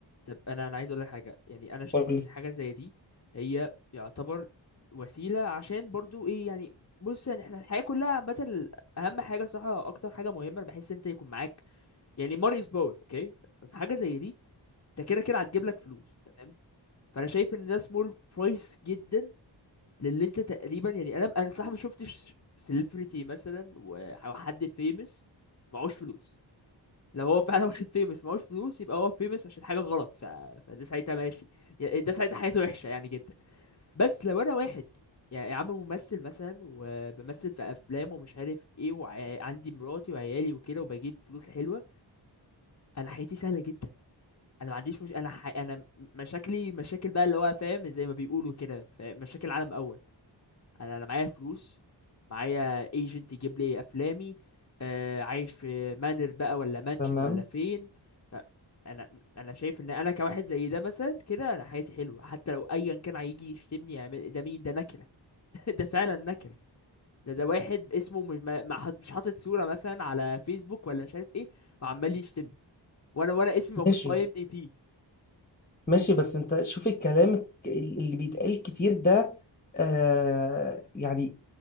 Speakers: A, on the left (about 35°); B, on the left (about 20°).
A: طب انا انا عايز اقول لك حاجه يعني انا شايف
B: قولي
A: ان حاجه زي دي هي يعتبر وسيله عشان برضو ايه يعني بص يعني احنا الحياه كلها عامه ال- اهم حاجه صراحه اكتر حاجه مهمه انا بحس إن انت يكون معاك يعني money is power اوكي حاجه زي دي انت كده كده هتجيب لك فلوس تمام فانا شايف ان ده small price جدا للي انت تقريبا يعني انا انا صح ما شفتش celebrity مثلا و- او حد famous معهوش فلوس لو هو فعلا <laughs> واحد فيمس معهوش فلوس يبقى هو فيمس عشان حاجه غلط ف... فده ساعتها ماشي يا- ده ساعتها حياته وحشه يعني جدا بس لو انا واحد يعني يا عم ممثل مثلا وبمثل في افلام ومش عارف ايه وعندي مراتي وعيالي وكده وبجيب فلوس حلوه انا حياتي سهله جدا انا ما عنديش مش انا ح... انا مشاكلي مشاكل بقى اللي هو فاهم زي ما بيقولوا كده فاهم؟ مشاكل عالم اول انا انا معايا فلوس معايا ايجنت يجيب لي افلامي آه عايش في مانر بقى ولا مانشن
B: تمام
A: ولا فين ف- انا انا شايف ان انا كواحد زي ده مثلا كده انا حياتي حلوه حتى لو ايا كان هيجي يشتمني يعمل ده مين ده نكره <laughs> ده فعلا نكره ده ده واحد اسمه مش ما ما حاط- مش حاطط صوره مثلا على فيسبوك ولا مش عارف ايه وعمال يشتمني وانا وانا اسمي موجود
B: ماشي
A: في اي ام دي بي
B: ماشي بس انت شوف الكلام الك- اللي بيتقال كتير ده آه يعني